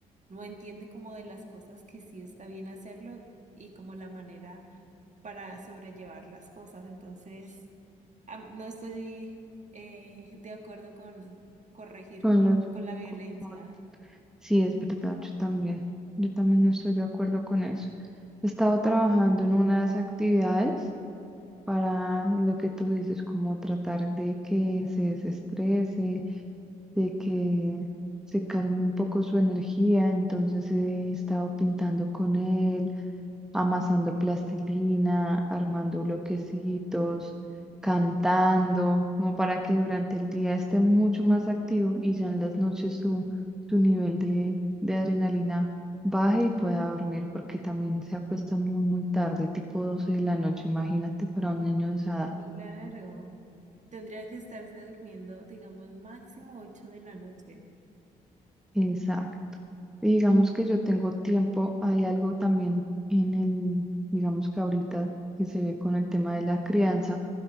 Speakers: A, on the right (about 40°); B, in the centre.
A: no entiende como de las cosas que sí está bien hacerlo y como la manera para sobrellevar las cosas. Entonces, am- no estoy eh, de acuerdo con corregir
B: Con
A: con,
B: los,
A: con la violencia.
B: con- con- sí, es verdad, yo también. Yo también no estoy de acuerdo con eso. He estado trabajando en unas actividades para lo que tú dices, como tratar de que se desestrese, de que se calme un poco su energía, entonces he estado pintando con él, amasando plastilina, armando
A: Sí,
B: bloquecitos, cantando, como para que durante el día esté mucho más activo y ya en las noches su, su nivel de, de adrenalina baje y pueda dormir, porque también se acuesta muy, muy tarde, tipo 12 de la noche, imagínate para un niño de esa edad.
A: claro. Tendría que estarse durmiendo, digamos, máximo 8 de la noche.
B: Exacto. Y digamos que yo tengo tiempo, hay algo también en el, digamos que ahorita que se ve con el tema de la crianza,